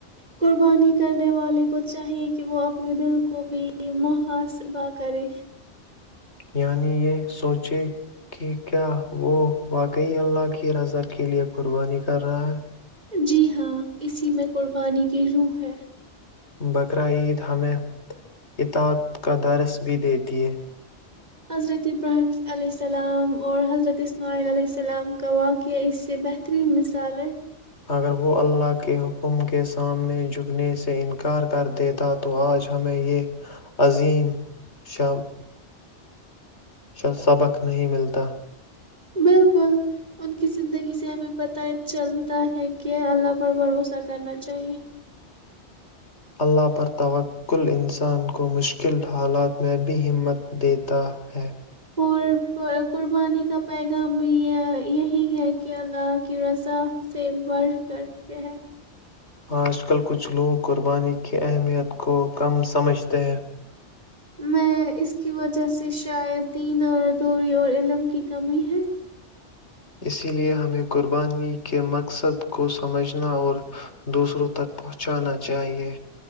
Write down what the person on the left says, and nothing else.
یعنی یہ سوچے کہ کیا وہ واقعی اللہ کی رضا کے لیے قربانی کر رہا ہے
بقر عید ہمیں اتااد کا درس بھی دیتی ہے
اگر وہ اللہ کے حکم کے سامنے جکنے سے انکار کر دیتا تو آج ہمیں یہ عظیم ش شا سبق نہیں ملتا
اللہ پر توکل انسان کو مشکل حالات میں بھی ہمت دیتا ہے
آج کل کچھ لوگ قربانی کی اہمیت کو کم سمجھتے ہیں
اسی لے ہمیں قربانی کے مقصد کو سمجھنا اور دوسروں تک پہنچانا چاہیئے